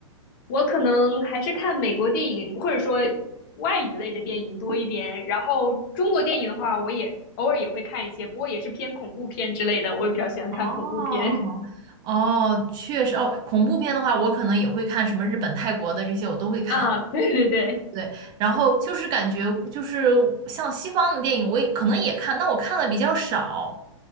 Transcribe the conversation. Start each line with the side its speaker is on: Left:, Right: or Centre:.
Left: 我可能还是看美国电影或者说外语类的电影多一点，然后中国电影的话，我也偶尔也会看一些，不过也是偏恐怖片之类的，我也比较喜欢看恐怖片
Right: 哦哦，确实哦，恐怖片的话，我可能也会看什么日本、泰国的这些，我都会看。
Left: <laughs> 啊，对对对，
Right: 对，然后就是感觉就是像西方的电影，我也可能也看，那我看的比较少。